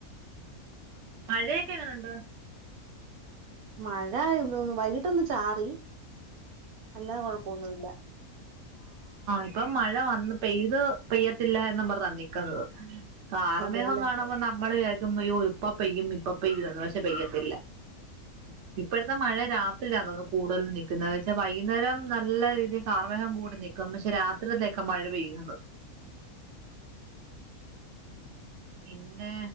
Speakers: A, on the right; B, on the right.
A: മഴയൊക്കെ എങ്ങനെ ഒണ്ട്
B: മഴ വൈകിട്ടൊന്ന് ചാറി അല്ലെ കൊഴപ്പൊന്നുമല്ല.
A: ഇപ്പൊ മഴ വന്ന് പെയ്തു പെയ്യത്തില്ല എന്നും പറഞ്ഞാ നിൽക്കുന്നത്. കാർമേഘം
B: അതെല്ലേ
A: കാണുമ്പോ നമ്മള് വിചാരി ഇപ്പൊ മഴ വരും ഇപ്പം പെയ്യും ഇപ്പം പെയ്യും എന്നുവെച്ചാൽ പെയ്യത്തില്ല. ഇപ്പോഴത്തെ മഴ രാത്രിയിൽ ആന്നെന്നു കൂടുതൽ നിൽക്കുന്നത് എന്നുവെച്ചാൽ വൈകുന്നേരം. നല്ല രീതിയിൽ കാർമേഘം കൂടി നിൽക്കും, പക്ഷേ രാത്രിത്തേക്ക് മഴ പെയ്യുന്ന. പ്പ് പിന്നെ